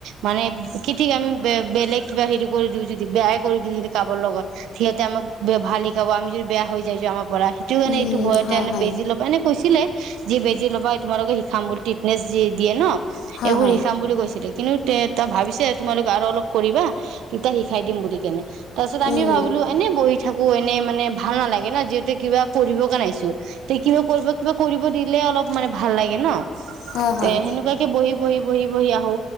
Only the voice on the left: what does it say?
উম,
হয়,
হয়,
হয়,
হয়।
উম।
হয়, হয়,